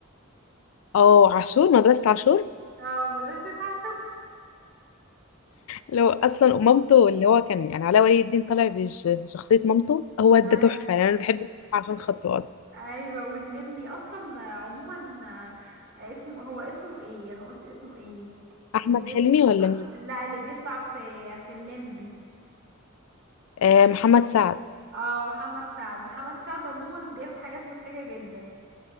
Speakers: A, on the left; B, on the right.
A: اه عاشور مدرسه عاشور
B: اه مدرسة عشر
A: لو اصلا مامته اللي هو كان يعني علاء ولي الدين طالع بشخصيه مامته هو ده
B: أي
A: تحفه يعني انا بحب الفيلم عشان خاطره اصلا
B: أيوة والليمبي أصلا عموما آه، اسمه هو اسمه ايه أنا قلت اسمه ايه
A: احمد
B: اللي بيطلع
A: حلمي ولا مين
B: لا اللي بيطلع في في الليمبي
A: آه محمد سعد
B: اه محمد سعد محمد سعد عموما بيعمل حاجات مضحكة جدا